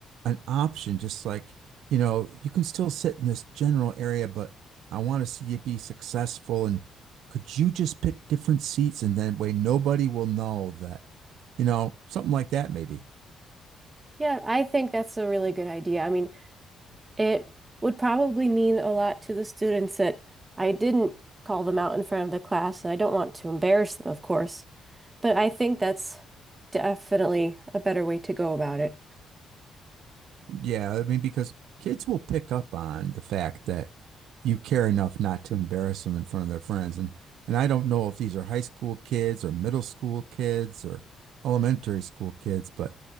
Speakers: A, on the right; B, on the right.
A: an option, just like, you know, you can still sit in this general area, but I want to see you be successful. And could you just pick different seats? And then way nobody will know that, you know, something like that, maybe.
B: Yeah, I think that's a really good idea. I mean, it would probably mean a lot to the students that I didn't call them out in front of the class, and I don't want to embarrass them, of course. But I think that's definitely a better way to go about it.
A: Yeah, I mean, because kids will pick up on the fact that you care enough not to embarrass them in front of their friends. And and I don't know if these are high school kids or middle school kids or elementary school kids, but